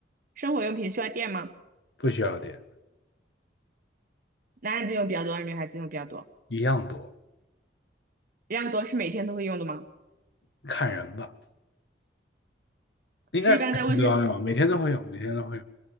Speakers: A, on the right; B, on the left.
A: 生活用品需要电吗？
B: 不需要电，
A: 男孩子用比较多，还是女孩子用比较多？
B: 一样多，
A: 一样多是每天都会用的吗？
B: 看人吧，应该是每天都要用，
A: 是一般在卫生
B: 每天都会有，每天都会有，